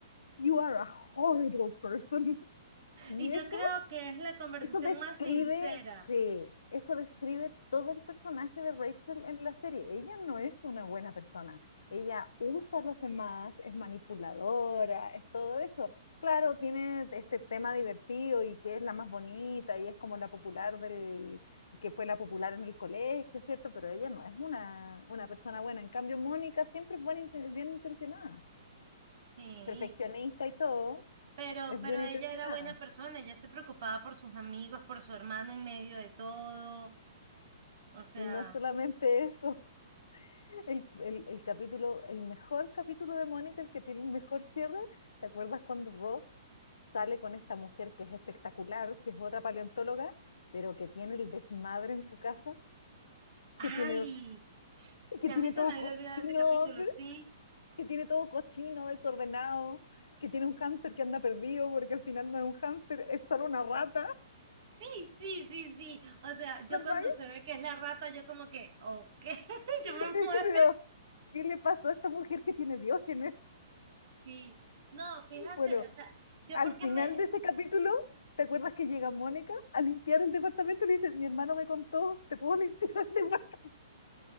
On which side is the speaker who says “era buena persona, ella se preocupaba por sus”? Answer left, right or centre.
Right